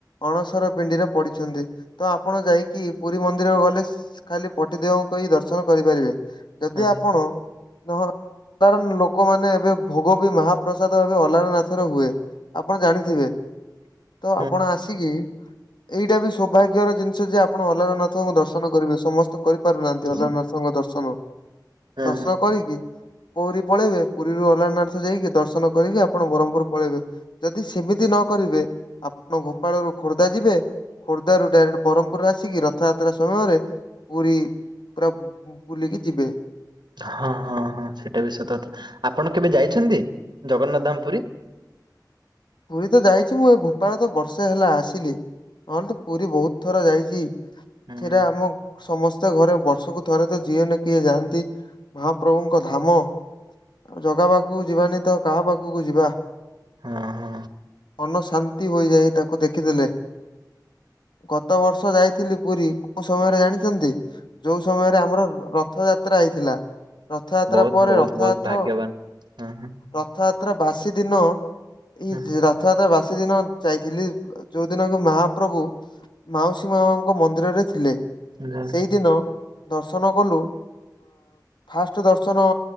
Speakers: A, on the left (about 90°); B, on the right (about 80°).
A: ଅଣସର ପିଣ୍ଡିରେ ପଡିଛନ୍ତି ତ ଆପଣ ଯାଇକି ପୁରୀ ମନ୍ଦିର ଗଲେ ଖାଲି ପଟିଦେହଙ୍କୁ ହିଁ ଦର୍ଶନ କରିପାରିବେ ଯଦି
B: ଆଚ୍ଛା,
A: ଆପଣ ନହ ଅଲଣ ଲୋକମାନେ ଏବେ ଭୋଗ ବି ମହାପ୍ରସାଦ ଏବେ ଅଲାର ନାଥରେ ହୁଏ। ଆପଣ ଜାଣିଥିବେ?
B: <inaudible>
A: ତ ଆପଣ ଆସିକି ଏଇଟା ବି ସୌଭାଗ୍ୟର ଜିନିଷ ଯେ ଆପ ଆପଣ ଅଲାରନାଥଙ୍କୁ ଦର୍ଶନ କରିବେ ସମସ୍ତେ କରିପାରୁନାହାନ୍ତି
B: ହୁଁ
A: ଅଲାରନାଥଙ୍କ ଦର୍ଶନ।
B: ହୁଁ
A: ଦର୍ଶନ କରିକି ପୁରୀ ପଳେଇବେ ପୁରୀରୁ ଅଲାରନାଥ ଯାଇକି ଦର୍ଶନ କରିକି ଆପ ଆପଣ ବ୍ରହ୍ମପୁର ପଳେଇବେ ଯଦି ସେମିତି ନ କରିବେ ଆପଣ ଗୋପାଳରୁ ଖୋର୍ଦ୍ଧା ଯିବେ ଖୋର୍ଦ୍ଧ ରୁ ଡାଇରେକ୍ଟ ବ୍ରହ୍ମପୁରରେ ଆସିକି ରଥଯାତ୍ରା ସମୟରେ ପୁରୀ ପୁରା ବୁଲିକି ଯିବେ।
B: ହଁ ହଁ ହଁ ହଁ ସେଟା ବି ସତକଥା ଆପଣ କେବେ ଯାଇଛନ୍ତି ଜଗନ୍ନାଥ ଧାମ ପୁରୀ?
A: ପୁରୀ ତ ଯାଇଛି ମୁଁ ଏ ଗୋପାଳ ତ ବର୍ଷେ ହେଲା ଆସିଲି। ନହେଲେ ତ ପୁରୀ ବହୁତ ଥର ଯାଇଛି।
B: ହୁଁ
A: ସେରା ଆମ ସମସ୍ତେ ଘରେ ବର୍ଷକୁ ଥରେ ତ ଯିଏହେନେ କିଏ ଯାଆନ୍ତି। ମହା ପ୍ରଭୁଙ୍କ ଧାମ ଜଗା ପାଖକୁ ଯିବାନି ତ କାହା ପାଖକୁ ଯିବା।
B: ହଁ ହଁ।
A: ମନ ଶାନ୍ତି ହୋଇଯାଏ ତାକୁ ଦେଖିଦେଲେ। ଗତ ବର୍ଷ ଯାଇଥିଲି ପୁରୀ କୋଉ ସମୟରେ ଜାଣିଛନ୍ତି? ଯୋଉ ସମୟରେ ଆମର ରଥ ଯାତ୍ରା ହେଇଥିଲା। ରଥଯାତ୍ରା
B: ବହୁତ
A: ପରେ
B: ବହୁତ
A: ରଥଯାତ୍ରା
B: ବହୁତ ଭାଗ୍ୟବାନ ହଁ
A: ରଥଯାତ୍ରା ବାସି ଦିନ କି
B: ହଁ।
A: ରଥଯାତ୍ରା ବାସି ଦିନ ଯାଇଥିଲି ଯୋଉଦିନ କୁ ମହାପ୍ରଭୁ ମାଉସୀ ମାଙ୍କ ମନ୍ଦିରରେ ଥିଲେ
B: ହଁ
A: ସେଇଦିନ ଦର୍ଶନ କଲୁ ଫାଷ୍ଟ ଦର୍ଶନ